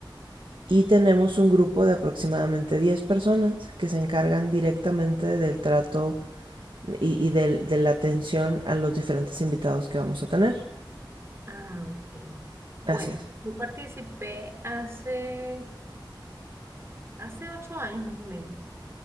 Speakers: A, on the right; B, on the right.
A: Y tenemos un grupo de aproximadamente 10 personas que se encargan directamente del trato y, y del- de la atención a los diferentes invitados que vamos a tener.
B: Ah, ok. Bueno,
A: Así es.
B: yo participé hace, hace ocho años más o menos